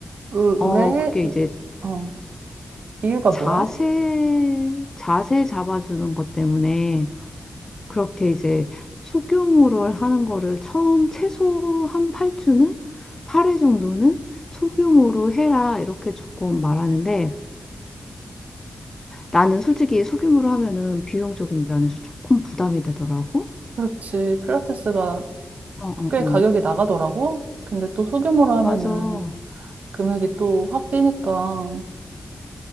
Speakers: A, on the right; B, on the left.
A: 으,
B: 어,
A: 왜,
B: 그게
A: 으,
B: 이제
A: 어, 이유가
B: 자세,
A: 뭐야?
B: 자세 잡아주는 것 때문에 그렇게 이제 소규모를 하는 거를 처음 최소 한 8주는? 팔 회 정도는 소규모로 해라. 이렇게 조금 말하는데 나는 솔직히 소규모로 하면은 비용적인 면에서 조금 부담이 되더라고.
A: 그렇지. 필라테스가
B: 어, 어,
A: 꽤
B: 어.
A: 가격이 나가더라고. 근데 또 소규모로 하면은
B: 맞아. 어,
A: 금액이 또 확 뛰니까.